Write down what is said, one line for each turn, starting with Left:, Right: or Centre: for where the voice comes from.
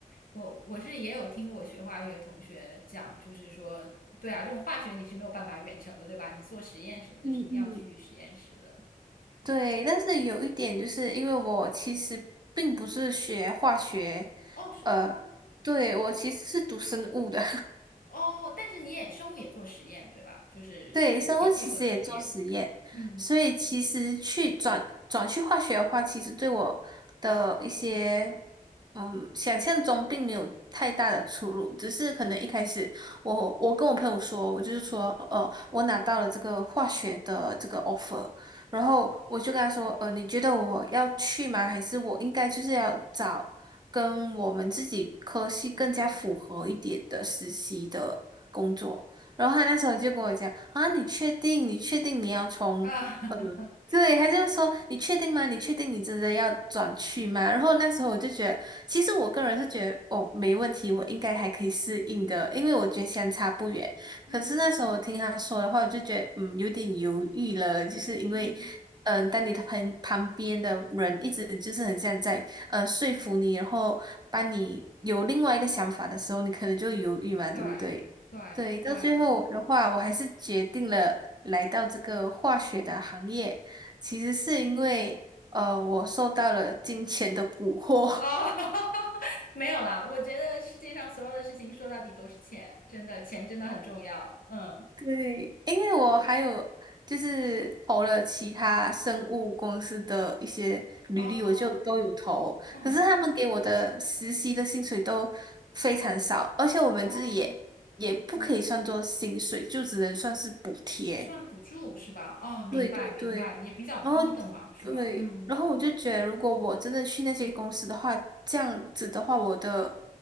Left: 我我是也有听我学化学的同学讲，就是说，对啊，这种化学你是没有办法远程的，对吧？你做实验什么的是一定要去实验室的，
Right: 嗯嗯，
Left: 对。
Right: 对，但是有一点就是因为我其实并不是学化学，
Left: 哦，是吗？
Right: 呃，对，
Left: 哦
Right: 我其实是读生物的。
Left: 哦，但是你也生物也做实验，对吧？就是也会做实验，
Right: 对，生物其实也做实验，
Left: 嗯
Right: 所以其实去转转去化学的话，其实对我的一些嗯想象中并没有太大的出入，只是可能一开始我我跟我朋友说，我就是说，呃，我拿到了这个化学的这个 offer，然后我就跟他说，呃，你觉得我要去吗？还是我应该就是要找跟我们自己科系更加符合一点的实习的工作？然后他那时候就跟我讲啊，你确定？你确定你要从呃，
Left: 啊，<laughs>
Right: 对，他就是说你确定吗？你确定你真的要转去吗？然后那时候我就觉得，其实我个人是觉得哦，没问题，我应该还可以适应的，因为我觉得相差不远。
Left: 嗯
Right: 可是那时候我听他说的话，我就觉得嗯，有点犹豫了，就是因为。
Left: 嗯，
Right: 嗯，当你的旁旁边的人一直就是很像在呃说服你，然后帮你有另外一个想法的时候，你可能就犹豫嘛，
Left: 对对对，
Right: 对不对？对，到最后的话，我还是决定了来到这个化学的行业。其实是因为，呃，我受到了金钱的蛊惑。
Left: 哦。<laughs>
Right: <laughs>
Left: 没有啦，我觉得世界上所有的事情说到底都是钱，真的，钱真的很重要。嗯。
Right: 对，因为我还有就是投了其他生物公司的一些履历，
Left: 哦，
Right: 我就都有投。
Left: 嗯，
Right: 可是他们给我的实习的薪水都非常少，而且我们这里也也不可以算作薪水，
Left: 哦，嗯，
Right: 就只能算是补贴。
Left: 算补助是吧？哦，明白明白，
Right: 对对对，
Left: 也比较低的嘛，
Right: 然后
Left: 是吧？
Right: 对，
Left: 嗯，
Right: 然后我就觉得，如果我真的去那些公司的话，这样子的话，我的